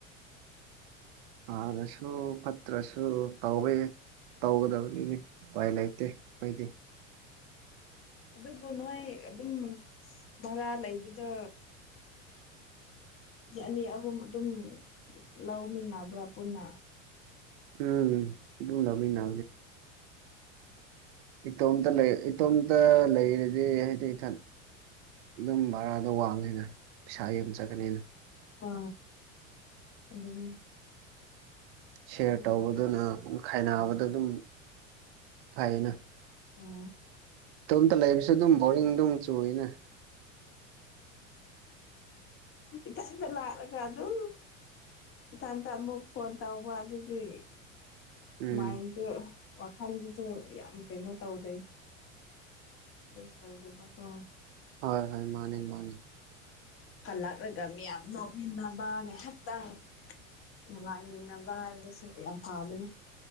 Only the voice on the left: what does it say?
ꯑꯗꯨꯕꯨ ꯅꯣꯏ ꯑꯗꯨꯝ ꯚꯔꯥ ꯂꯩꯕꯗ ꯌꯥꯅꯤ ꯑꯍꯨꯝ ꯑꯗꯨꯝ ꯂꯧꯃꯤꯟꯅꯕ꯭ꯔꯥ ꯄꯨꯟꯅ
ꯑ ꯑꯗꯨꯒꯤ
ꯈꯪꯅꯕ
ꯃꯁꯦꯟ
ꯎꯝ
ꯍ
ꯏꯇꯗ ꯂꯔꯒ ꯑꯗꯨ ꯏꯊꯟꯇ ꯑꯃꯨꯛ ꯐꯣꯟ ꯇꯧꯕ ꯑꯗꯨꯗꯤ
ꯃꯥꯏꯗ ꯋꯥꯈꯥꯟꯗꯤ ꯑꯗꯨ ꯌꯥꯝ ꯀꯩꯅꯣ ꯇꯧꯗꯦ ꯇꯧꯗꯦꯕꯀꯣ
ꯍꯜꯂꯛꯂꯒ ꯃꯤꯌꯥꯝ ꯅꯣꯛꯃꯤꯟꯅꯕ ꯉꯥꯏꯍꯥꯛꯇꯪ ꯅꯨꯡꯉꯥꯏꯃꯤꯟꯅꯕ ꯍꯥꯏꯕꯗꯁꯨ ꯌꯥꯝ ꯐꯕꯅꯦ